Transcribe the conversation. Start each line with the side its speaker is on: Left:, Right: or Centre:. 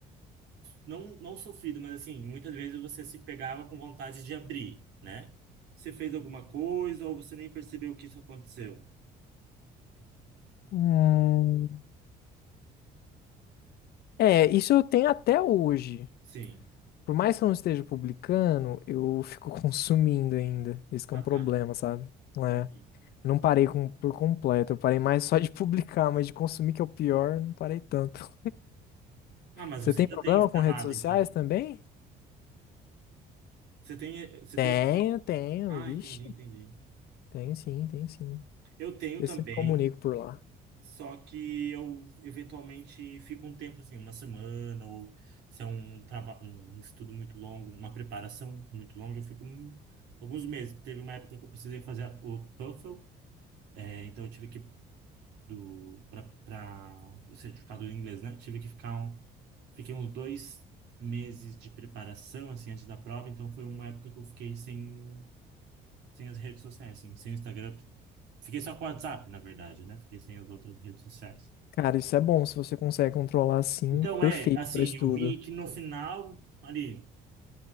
Right: não, não sofrido, mas assim, muitas vezes você se pegava com vontade de abrir, né? Você fez alguma coisa ou você nem percebeu que isso aconteceu?
Left: Hum. É, isso eu tenho até hoje.
Right: Sim.
Left: Por mais que eu não esteja publicando, eu fico <laughs> consumindo ainda. Esse que
Right: Ah,
Left: é um problema,
Right: tá.
Left: sabe?
Right: Entendi.
Left: É. Não parei com- por completo. Eu parei mais <laughs> só de publicar, mas de consumir, que é o pior, não parei tanto.
Right: Ah, mas
Left: Você
Right: você
Left: tem
Right: ainda
Left: problema
Right: tem instalado,
Left: com redes sociais
Right: então.
Left: também?
Right: Você tem, você
Left: Tenho,
Right: tem... aplicativo-
Left: tenho,
Right: Ah,
Left: vixe,
Right: entendi, entendi.
Left: tenho sim, tenho sim.
Right: Eu tenho
Left: Eu
Right: também,
Left: sempre comunico por lá.
Right: Só que eu eventualmente fico um tempo assim, uma semana, ou se é um trabalho, um estudo muito longo, uma preparação muito longa, eu fico um- alguns meses. Teve uma época que eu precisei fazer a- o TOEFL, é, então eu tive que do para o certificado em inglês, né? Tive que ficar um, fiquei uns dois meses de preparação assim antes da prova, então foi uma época que eu fiquei sem sem as redes sociais, assim, sem o Instagram, fiquei só com o WhatsApp, na verdade, né? Fiquei sem as outras redes sociais.
Left: Cara, isso é bom, se você consegue controlar assim,
Right: Então,
Left: perfeito
Right: é, assim,
Left: pra estudo.
Right: eu vi que no final, ali,